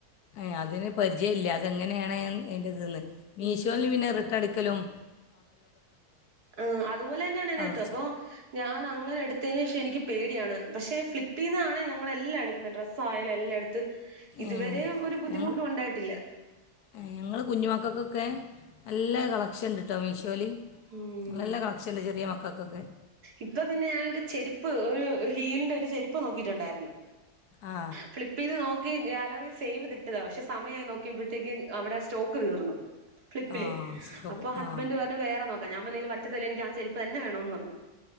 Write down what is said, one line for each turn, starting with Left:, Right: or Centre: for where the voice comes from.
Left: ഏഹ് അതിന് പരിചയ ഇല്ല അതെങ്ങനെയാണ് അതിന്റത്ന്ന്. മീഷോന്ന്
Right: ഉം
Left: പിന്നെ റിട്ടൺ അടിക്കലും
Right: ആഹ് അതുപോലെന്നെയാണ് ഇതിനകത്ത്
Left: കളർ
Right: അപ്പൊ
Left: ചെ
Right: ഞാൻ അങ്ങനെ എടുത്തതിന് ശേഷം എനിക്ക് പേടിയാണ്. പക്ഷെ ഫ്ലിപ്പീന്നാണ് ഞങ്ങളെല്ലാം എടുക്കുന്നത് ഡ്രസ് ആയാലും എല്ലാം ത് ഇതുവരെ
Left: ഏഹ്.
Right: ഒരു ബുദ്ധിമുട്ടും
Left: ഞങ്ങൾ
Right: ഉണ്ടായിട്ടില്ല.
Left: ഏഹ് ഞങ്ങൾ കുഞ്ഞ് മക്കൾക്കൊക്കെ നല്ല കളക്ഷൻണ്ട്ട്ടോ മീഷോല്
Right: ഉം
Left: നല്ല കളക്ഷന്ണ്ട് ചെറിയ മക്കൾക്കൊക്കെ.
Right: ഇപ്പൊ പിന്നെ ഞാനരു ചെരുപ്പ് ഒരു ഹീലിന്റെ ഒരു ചെരുപ്പ് നോക്കിയിട്ടുണ്ടായിരുന്നു.
Left: ആ
Right: ഫളിപ് പിന്നെ നോക്കി ഗാലറിൽ സേവ്തിട്ടതാ പക്ഷെ സമയായി നോക്കിയ്പഴത്തേക്ക് അവിടെ സ്റ്റോക്ക് തീർന്നു. ഫ്ലിപ്പില്
Left: ആ സ്റ്റോക്ക്
Right: അപ്പോ ഹസ്ബൻറ്
Left: ആ.
Right: പറഞ്ഞു വേറെ നോക്കാൻ ഞാൻ പറഞ് പറത്തില്ല എനിക്ക് ആ ചെരുപ്പ് തന്ന വേണമന്ന് പറഞ്ഞു.